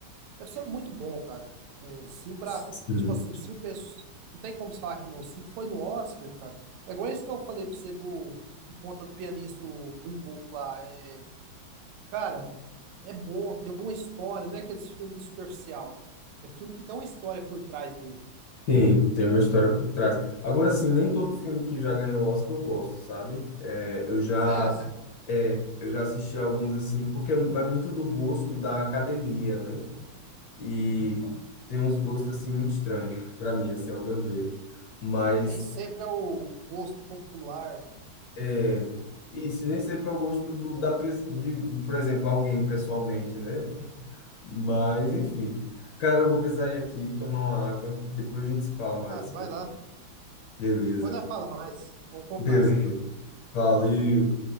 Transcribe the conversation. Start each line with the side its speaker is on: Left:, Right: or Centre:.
Right: deve ser muito bom, cara. É, se o pra,
Left: Sim.
Right: tipo assim, se o pessoal. Não tem como se falar que não. Se foi no Oscar, cara. É igual esse que eu falei pra você do. Que conta do pianista, o Green Book lá. É, cara, é bom, tem uma história, não é aqueles filmes superficial. É filme que tem uma história por trás dele.
Left: Sim, tem uma história por trás. Agora, sim, nem todo filme que já ganhou Oscar eu gosto, sabe? É, eu já,
Right: Sério?
Left: é, eu já assisti alguns assim, porque vai muito do gosto da academia, né? e
Right: Uhum.
Left: tem uns gostos assim muito estranhos <laughs> para mim, assim, ao meu ver. Mas
Right: Nem sempre é o o gosto popular.
Left: é isso, nem sempre é o gosto do, da pessoa, de, por exemplo, alguém pessoalmente, né? <laughs> Mas enfim. Cara, eu vou precisar ir aqui, vou tomar uma água. Depois a gente se fala mais.
Right: Cara, vai lá.
Left: Beleza.
Right: Depois nós fala mais. Vamos combinar
Left: Beleza.
Right: assim.
Left: <laughs> Valeu.